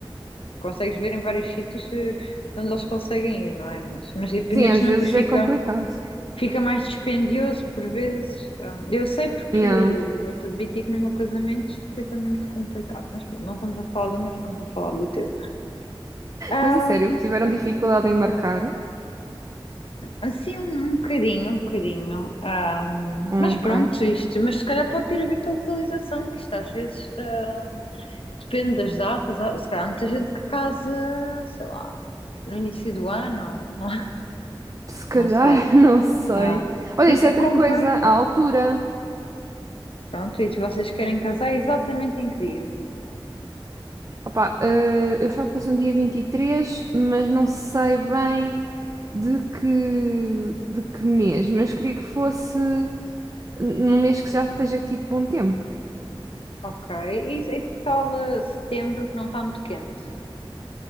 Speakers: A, on the left; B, on the right.
A: consegues ver em vários sítios eh, onde eles conseguem ir, não é? Mas, mas e
B: Sim,
A: ainda por
B: às
A: cima
B: vezes
A: depois fica,
B: é complicado.
A: fica mais dispendioso por vezes. Ah, eu sei porque
B: Yeah.
A: eu vou-te admitir que no meu casamento isto foi também muito complicado, mas pronto, não estamos a falar do meu, estamos a falar do teu. Ah,
B: Mas a sério, tiveram dificuldade em marcar?
A: assim, um, um bocadinho, um bocadinho. Ah,
B: Hum,
A: mas pronto,
B: ok.
A: isto, mas se calhar pode ter a ver com a localização, que isto às vezes ah, depende das datas. Há- Se calhar há muita gente que casa, sei lá, no início do ano, <laughs>
B: Se calhar,
A: não sei.
B: <laughs> não sei.
A: Ah,
B: Olha,
A: por isso
B: isso é
A: é
B: outra
A: que convém.
B: coisa, a altura.
A: Pronto, e se vocês querem casar, é exatamente em que dia?
B: Opa, eh, eu achava que fosse um dia 23 mas não sei bem de que, de que mês. Mas queria que fosse num mês que já esteja tipo bom tempo.
A: Ok. E, e que tal eh, setembro que não está muito quente?